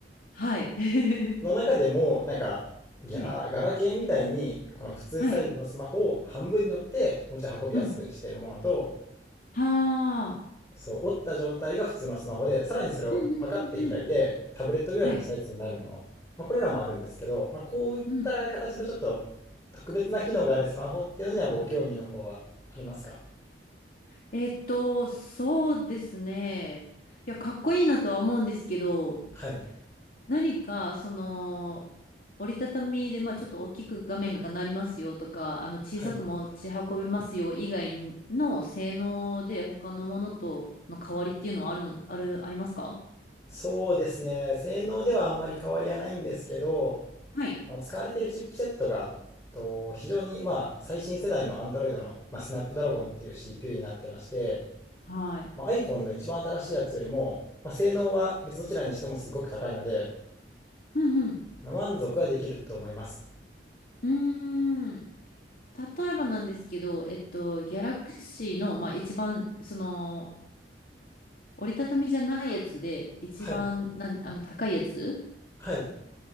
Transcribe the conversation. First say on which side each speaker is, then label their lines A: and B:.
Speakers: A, on the left; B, on the left.
A: はい。<laughs>
B: の中でも、なんか、ギャガラケーみたいに、
A: はい。
B: この普通サイズのスマホを半分に折って持ち運びやすくしているものと、
A: はい。うん。はあ。
B: そう、折った状態が普通のスマホで、さらにそれをパカって開いて、
A: うんうんうんうん。
B: タブレットぐらいのサイズになるもの。
A: はい。
B: まあ、これらもあるんですけど、まあ、こういった形のちょっと特別な機能があるスマホっていうのにはご興味の方はありますか
A: うん。えっと、そうですね。いや、かっこいいなとは思うんですけど、
B: はい。
A: 何か、その、折りたたみで、まあちょっと大きく画面がなりますよとか、あの小さく持ち運べますよ以外の性能で他のものとの変わりっていうのはあるの、
B: はい。
A: ある、ありますか
B: そうですね。性能ではあんまり変わりはないんですけど、
A: はい。
B: まあの使われているチップセットが、と非常にまあ最新世代の Android の、まあ、スナップドラゴンっていう CPU になってまして、
A: はい。
B: まあ、iPhone の一番新しいやつよりも、まあ、性能は別どちらにしてもすごく高いので、
A: うんうん。
B: まあ、満足はできると思います。
A: うーん。例えばなんですけど、えっと、ギャラクシーの、まあ一番、その、折りたたみじゃないやつで、一番なん、
B: はい。
A: あの、高いやつ
B: はい。